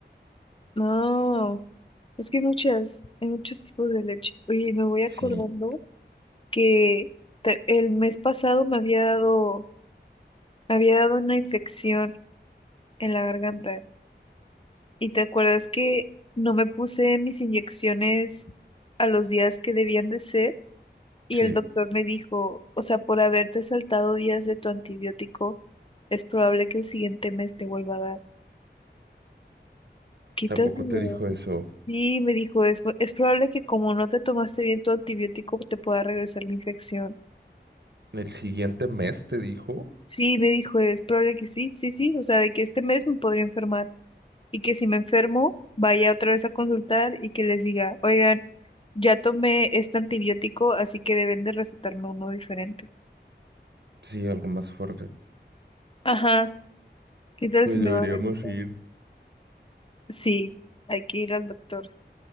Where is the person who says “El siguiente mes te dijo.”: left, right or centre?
Right